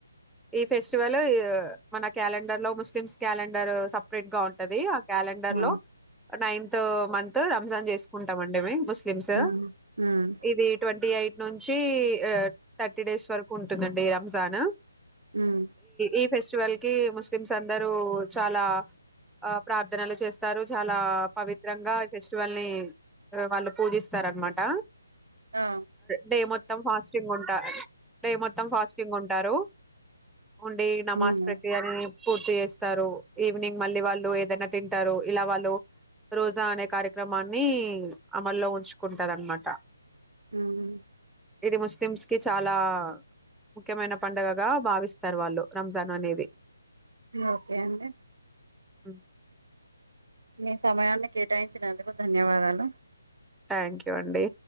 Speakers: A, in the centre; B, on the right (about 80°).
A: ఈ ఫెస్టివల్ మన క్యాలెండర్ లో ముస్లిమ్స్ క్యాలెండర్ సపరేట్ గా ఉంటది క్యాలెండర్
B: ఆ
A: లో నైన్త్ తో మ త్ రంజాన్ చేసుకుంటామండి ముస్లిమ్స్
B: ఉమ్ ఉమ్
A: ఇది ట్వంటీ ఎయిట్ నుంచి థర్టీ డేస్ వరకు ఉంటుందండి రంజాన్
B: ఉమ్
A: ఈ ఫెస్టివల్ కి ముస్లిమ్స్ అందరూ చాలా ఆ ప్రార్థనలు చేస్తారు చాలా పవిత్రంగా ఫె స్టీవల్ ని వాళ్ళు పూజిస్తారనమాట
B: ఆ
A: డే మొత్తం ఫాస్టింగ్ ఉంటా డే మొత్తం ఫాస్టింగ్ ఉంటారు ఉండే నమాజ్
B: ఉమ్
A: ప్రక్రియని పూర్తి చేస్తారు ఈవినింగ్ మళ్ళీ వాళ్ళు ఏదైనా తింటారు ఇలా వాళ్ళు రోజా అనే కార్యక్రమాన్ని అమల్లో ఉంచుకుంటారు అనమాట
B: ఉమ్
A: ఇది ముస్లిమ్స్ కి చాలా ముఖ్యమైన పండుగగా భావిస్తారు వాళ్ళు రంజాన్ అనేది
B: ఓకే అండి
A: హ్
B: మీ సమయాన్ని కేటాయించినందుకు ధన్యవాదాలు
A: థ్యాంక్ యూ అండి